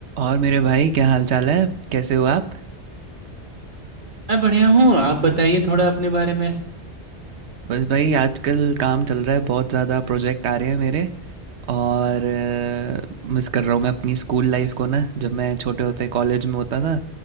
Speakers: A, on the right; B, on the right.
A: और मेरे भाई क्या हाल चाल है कैसे हो आप
B: मैं बढ़िया हूँ आप बताइए थोड़ा अपने बारे में
A: बस भाई आजकल काम चल रहा है बहुत ज़्यादा प्रोजेक्ट आ रहे हैं मेरे और मिस कर रहा हूँ मैं अपनी स्कूल लाइफ को ना जब मैं छोटे होते कॉलेज में होता था